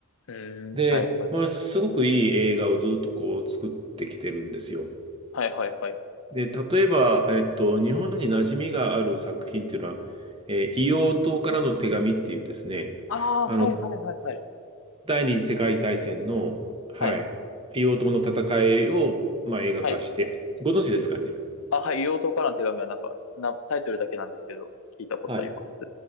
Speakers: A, on the left; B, on the right.
A: うーん。
B: で、
A: はいはい。
B: まあ、すごくいい映画をずっとこう作ってきてるんですよ。
A: はいはいはい。
B: で、例えば、えっと、日本に馴染みがある作品っていうのは、えー硫黄島からの手紙っていうですね、
A: ああ、
B: あの、
A: はいはいはいはい。
B: 第二次世界大戦の、はい、
A: はい。
B: 硫黄島の戦いを、まあ、映画化して、
A: はい。
B: ご存知ですかね。
A: あ、はい。硫黄島からの手紙はなんか、な、タイトルだけなんですけど、聞いたことあります。
B: はい。